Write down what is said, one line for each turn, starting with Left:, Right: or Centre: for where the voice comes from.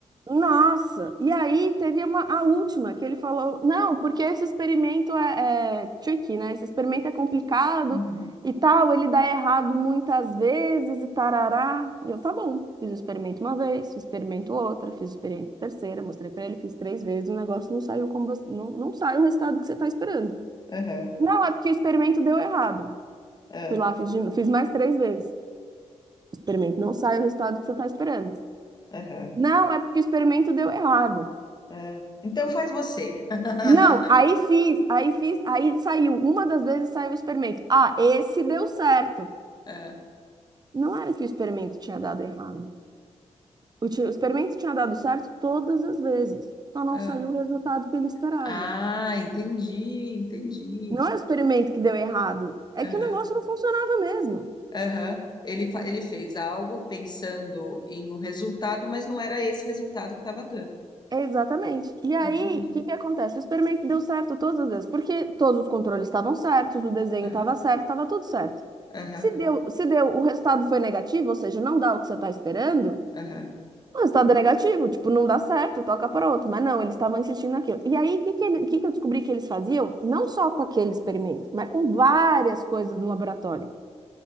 Right: nossa! E aí teve uma, a última que ele falou, não, porque esse experimento é, é tricky, né? Esse experimento é complicado
Left: Uhum.
Right: e tal, ele dá errado muitas vezes e tarará. E eu, tá bom, fiz o experimento uma vez, fiz o experimento outra, fiz o experimento terceira, mostrei pra ele, fiz três vezes, o negócio não saiu como você, não, não sai o resultado que você tá esperando.
Left: Aham,
Right: Não, é porque o experimento deu errado.
Left: ah,
Right: Fui lá, fiz, de novo, fiz mais três vezes. O experimento não sai o resultado que você tá esperando.
Left: aham,
Right: Não, é porque o experimento deu errado.
Left: ah. Então faz você. <laughs>
Right: Não, aí fiz, aí fiz, aí saiu. Uma das vezes saiu o experimento. Ah, esse deu certo.
Left: Ah,
Right: Não era que o experimento tinha dado errado. O, ti- o experimento tinha dado certo todas as vezes. Só não
Left: ah.
Right: saiu o resultado que ele esperava.
Left: Ah, entendi, entendi.
Right: Não é o experimento que deu errado, é
Left: Aham,
Right: que o negócio não funcionava mesmo.
Left: aham. Ele, fa- ele fez algo pensando em um resultado, mas não era esse resultado que estava dando.
Right: Exatamente. E aí,
Left: Entendi.
Right: o que que acontece? O experimento deu certo todas as vezes, porque todos os controles estavam certos, o desenho
Left: Aham,
Right: estava certo, estava tudo certo.
Left: aham,
Right: Se deu, se deu, o resultado foi negativo, ou seja, não dá o que você está esperando,
Left: aham.
Right: Ah, O resultado é negativo, tipo, não dá certo, toca para outro. Mas não, eles estavam insistindo naquilo. E aí, o que que, ele- o que que eu descobri que eles faziam? Não só com aquele experimento, mas com várias coisas no laboratório.